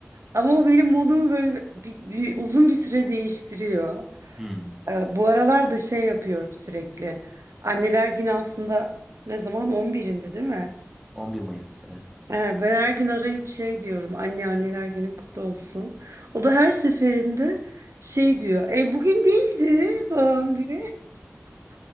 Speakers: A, on the right (about 75°); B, in the centre.
A: Ama o benim modumu böyle bir, bir- uzun bir süre değiştiriyor.
B: Hmm,
A: Ee, bu aralar da şey yapıyorum sürekli. Anneler Günü aslında ne zaman? 11'inde değil mi?
B: 11 Mayıs evet.
A: Ee, ben her gün arayıp şey diyorum. Anne anneler günün kutlu olsun. O da her seferinde şey diyor. E bugün değildi falan diye. <laughs>